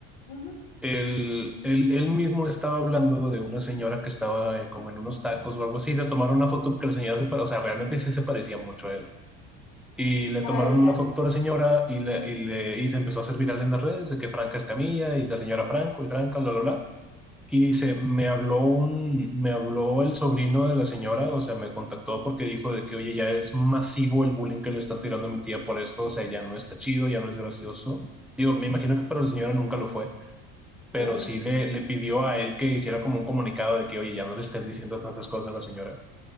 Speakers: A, on the left; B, in the centre.
A: Ujú.
B: Él, él, él mismo estaba hablando de una señora que estaba eh, como en unos tacos o algo así. Le tomaron una foto porque la señora se parecía, o sea, realmente sí se parecía mucho a él. Y le tomaron
A: Ah, ya,
B: una
A: ya.
B: foto a la señora y, le, y, le, y se empezó a hacer viral en las redes de que Franca Escamilla y la señora Franco y Franca, bla, bla, bla. Y dice, me habló un, me habló el sobrino de la señora, o sea, me contactó porque dijo de que, oye, ya es masivo el bullying que le están tirando a mi tía por esto, o sea, ya no está chido, ya no es gracioso. Digo, me imagino que para la señora nunca lo fue, pero
A: Pues sí,
B: sí le, le pidió a él que hiciera como un comunicado de que, oye, ya no le estén diciendo tantas cosas a la señora.